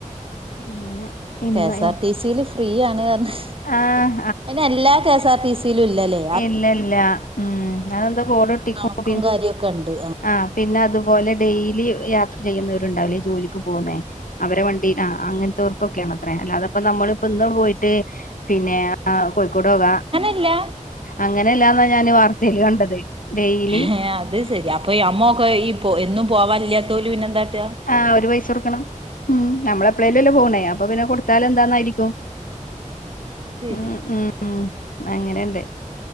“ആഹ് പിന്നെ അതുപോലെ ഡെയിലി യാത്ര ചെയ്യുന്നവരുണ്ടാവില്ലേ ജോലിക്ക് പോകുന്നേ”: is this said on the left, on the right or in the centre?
Left